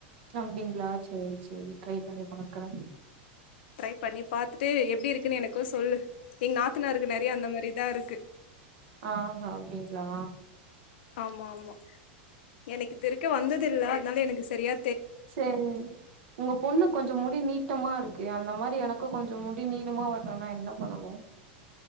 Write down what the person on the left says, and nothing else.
ட்ரை பண்ணி பாத்துட்டு எப்டி இருக்குன்னு எனக்கு சொல்லு எங் நாத்தனாருக்கு நறைய அந்த மாரிதா இருக்கு.
ஆமா ஆமா எனக்கு இதுவரிக்கு வந்ததில்ல அதனால எனக்கு செரியா